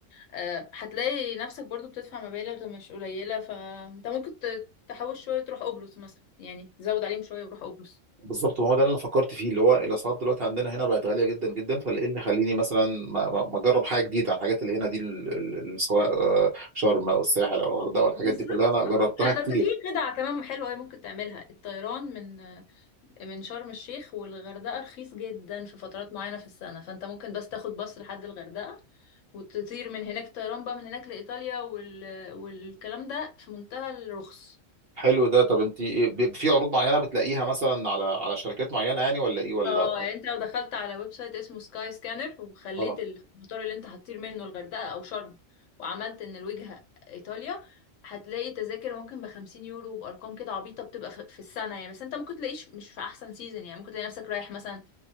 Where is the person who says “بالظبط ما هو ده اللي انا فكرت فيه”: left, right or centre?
Right